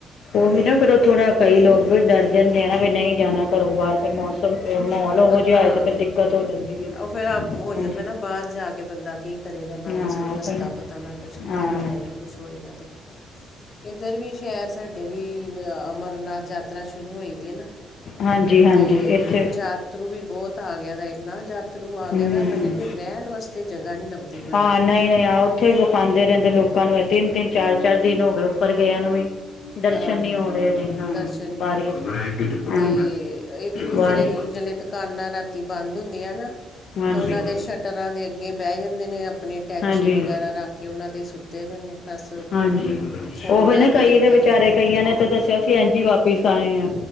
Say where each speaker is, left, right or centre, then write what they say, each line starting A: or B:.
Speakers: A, on the left (about 70°); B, on the left (about 45°).
A: ਉਹੀ ਨਾ ਫੇਰ ਉਹ ਥੋੜ੍ਹਾ ਕਈ ਲੋਕ ਵੀ ਡਰ ਜਾਂਦੇ ਆ ਨਾ ਵੀ ਨਹੀਂ ਜਾਣਾ ਘਰੋਂ ਬਾਹਰ ਫ ਮੌਸਮ। ਮਾਹੌਲ ਉਹੋ
B: ਹਾਂ
A: ਜਿਹਾ ਹੋਏ ਤੇ ਫਰ ਦਿੱਕਤ ਹੋ ਜਾਂਦੀ ਆ
B: ਉਹ ਫਿਰ ਆਪ ਹੋ ਜਾਂਦਾ
A: ਹਾਂਜੀ।
B: ਨਾ ਬਾਹਰ ਜਾ ਕੇ। ਕਿ ਬੰਦਾ ਕੀ ਕਰੇਗਾ ਨਾ
A: ਹਾਂ
B: ਕਿਸੇਾਨ ਨੂੰ ਰਸਤਾ
A: ਉਹੀ
B: ਪਤਾ ਨਾ ਕੁਛ ਕਿੱਥੇ
A: ਹਾਂ
B: ਵੀ ਜਾਏਗਾ ਕੁਛ ਹੋਏਗਾ ਤੇ। ਇੱਧਰ ਵੀ ਸ਼ਹਿਰ ਸਾਡੇ ਵੀ ਅਮਰਨਾਥ ਯਾਤਰਾ ਸ਼ੁਰੂ ਹੋ ਦੀ ਐ ਨਾ।
A: ਹਾਂਜੀ ਹਾਂਜੀ
B: ਤੇ
A: ਇੱਥੇ
B: ਜਤਰੂ ਵੀ ਬਹੁਤ ਆ ਗਿਆ। ਨਾ ਯਾਤਰੂ ਆ
A: ਹੂੰ
B: ਗਿਆ ਤਾਂ ਮੈਂ ਕਹਿੰਦੀ ਰਹਿਣ ਵਾਸਤੇ ਜਗ੍ਹਾ ਨਹੀਂ ਲੱਭਦੀ ਪਈ ਉਹਨਾਂ
A: ਹਾਂ
B: ਨੂੰ।
A: ਨਹੀਂ ਨਹੀਂ ਆ ਉੱਥੇ ਵਿਖਾਉਂਦੇ ਰਹਿੰਦੇ ਲੋਕਾਂ ਨੂੰ ਤਿੰਨ ਤਿੰਨ ਚਾਰ ਚਾਰ ਦਿਨ ਹੋ ਗਏ ਉੱਪਰ ਗਿਆ ਨੂੰ ਵੀ। ਦਰਸ਼ਨ
B: ਅ,
A: ਨੀ ਹੋ ਰਹੇ ਹਲੇ ਹਾ
B: ਦਰਸ਼ਨ ਨਹੀਂ
A: ਬਾਰਿਸ਼
B: ਹੋ ਰਹੇ
A: ਹਾ
B: ਤੇ ਇੱਕ ਦੂਸਰੇ
A: ਬਾਰਿਸ਼
B: ਦੀ ਜਿਹੜੇ ਦੁਕਾਨਾਂ ਰਾਤੀ ਬੰਦ ਹੁੰਦੀਆਂ ਨਾ
A: ਹਾਂਜੀ
B: ਤੇ ਉਹਨਾਂ ਦੇ ਸ਼ਟਰਾਂ ਦੇ ਅੱਗੇ ਬਹਿ ਜਾਂਦੇ ਨੇ ਆਪਨੇ ਟੈਚੀ
A: ਹਾਂਜੀ
B: ਵਗੈਰਾ ਰੱਖ ਕੇ ਉਹਨਾਂ ਤੇ ਸੁ ਦੇ ਦੇ ਨੇ ਬਸ
A: ਹਾਂਜੀ
B: ਸੌਣ
A: ਉਹ
B: ਬਹਿਣ
A: ਹੀ ਨਾ
B: ਨੂੰ
A: ਕਈ
B: ਦਿੱਕਤ
A: ਤੇ ਵਿਚਾਰੇ
B: ਹੈ
A: ਕਈਆਂ ਨੇ ਤਾਂ ਦੱਸਿਆ ਸੀ ਏਂਜ ਹੀ ਵਾਪਿਸ ਆਏ ਆਂ